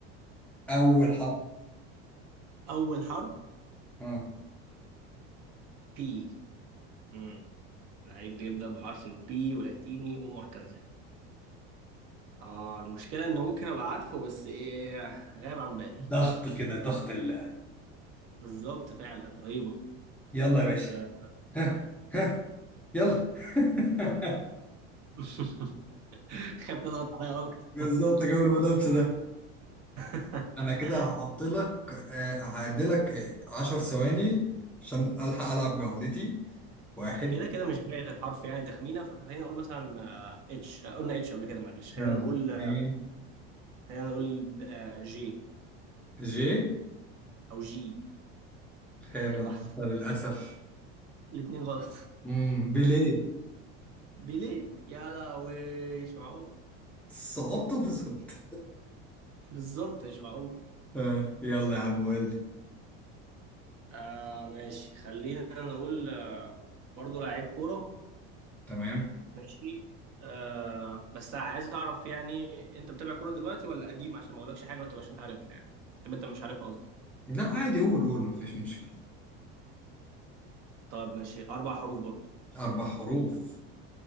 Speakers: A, in the centre; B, on the right.
A: أول حرف
B: <laughs> اول حرف
A: ها
B: بي امم لعيب بيبدأ بحرف البي ولاتيني ومعتزل اه المشكلة ان ممكن ابقى عارفه بس ايه غاب عن بالي
A: ضغط كده ضغط ال
B: بالظبط فعلا رهيبة
A: يلا يا باشا
B: آه.
A: ها ها يلا <laughs>
B: <laughs> تخاف تضغط عليا اكتر
A: بالظبط جو المنافسة ده
B: <laughs>
A: أنا كده هحط لك آه، هعدي لك 10 ثواني عشان ألحق ألعب جولتي واحد
B: كده كده مش باقي غير حرف يعني تخمينه فخلينا نقول مثلا آه، اتش آه، قلنا اتش قبل كده معلش خلينا
A: آه،
B: نقول آه،
A: اتنين
B: خلينا نقول آه، جي
A: جي
B: او جي
A: خامس
B: اي واحد <laughs>
A: للأسف
B: الاثنين غلط
A: امم بيليه
B: بيليه يا لهوي مش معقول
A: صعوبته في صعوبته
B: <laughs> بالظبط مش معقول
A: آه، يلا يا عم قول لي
B: آه ماشي خلينا نقول آه برضه لعيب كوره
A: تمام
B: ماشي آه بس عايز اعرف يعني انت بتابع كوره دلوقتي ولا قديم عشان ما اقولكش حاجه ما تبقاش انت عارفها يعني طب انت مش عارفها قصدي
A: لا عادي قول قول مفيش مشكلة
B: طيب ماشي اربع حروف برضه
A: أربع حروف